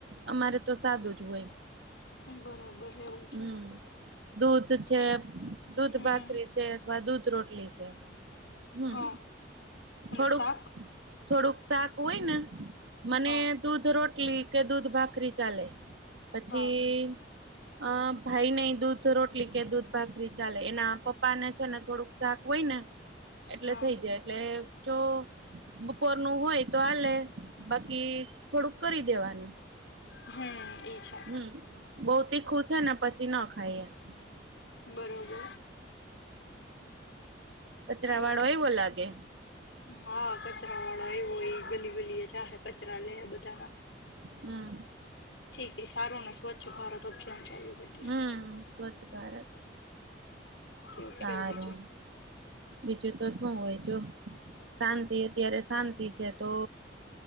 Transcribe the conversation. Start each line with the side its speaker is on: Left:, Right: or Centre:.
Right: અમારે તો સાદું જ હોય.
Left: બરોબર. એવું
Right: હમ.
Left: છે
Right: દૂધ છે દુધ
Left: હમ
Right: ભાખરી છે વા દૂધ રોટલી છે. હમ
Left: હા અને
Right: થોડુંક
Left: શાક
Right: થોડુંક શાક હોય ને મને
Left: હા
Right: દૂધ રોટી લ કે દૂધ ભાખરી ચાલે પછી
Left: હા
Right: અ ભાઈ ને એ દૂધ રોટલી કે દૂધ ભાખરી ચાલે એના પપ્પા ને છે ને થોડુંક શાક હોય ને એટલે
Left: હા
Right: થઈ જાય એટલે જો બપોર નું હોય તો આલે. બાકી થોડુંક કરી દેવા હમ.
Left: હમ. ઈ છે
Right: હમ બવ તીખૂ છે ને પછી ના ખાઈ એમ
Left: બરોબર
Right: કચરા
Left: ઓ
Right: વાળો એવો લાગે
Left: હા કચરા વાળા એવય ગલી ગલી એ ચ કચરા લે બધાના
Right: હમ
Left: ઠીક સારું ને સ્વચ્છ ભારત અભિયાન. ચાલુ હતું
Right: હમ સ્વચ્છ ભારત
Left: કેવુંક
Right: સારું
Left: હે બીજું.
Right: બીજું તો શું હોય જો શાંતિ અત્યારે શાંતિ છે તો